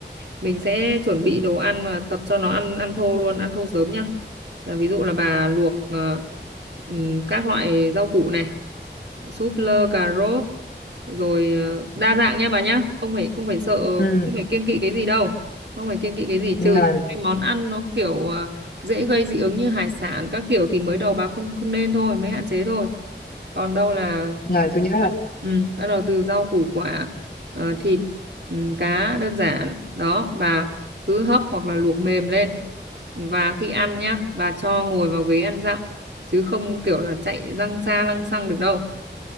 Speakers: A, on the right; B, on the left.
A: mình sẽ chuẩn bị đồ ăn và tập cho nó ăn ăn thô luôn ăn thô sớm nhá là ví dụ là bà luộc ờ, ừ, các loại rau củ này súp lơ cà rốt rồi ờ, đa dạng nha bà nhá không phải không phải sợ
B: ừ
A: không phải kiêng kỵ cái gì đâu không phải kiêng kỵ cái gì
B: rồi
A: trừ những cái món ăn nó kiểu ờ, dễ gây dị ứng như hải sản các kiểu thì mới đầu bà không không nên thôi mới hạn chế thôi còn đâu là
B: rồi tôi nhớ
A: bắt ừ, bắt đầu từ rau củ quả ờ, thịt ừ, cá đơn giản đó bà cứ hấp hoặc là luộc mềm lên và khi ăn nhá bà cho ngồi vào ghế ăn dặm chứ không kiểu là chạy lăng xa lăng xăng được đâu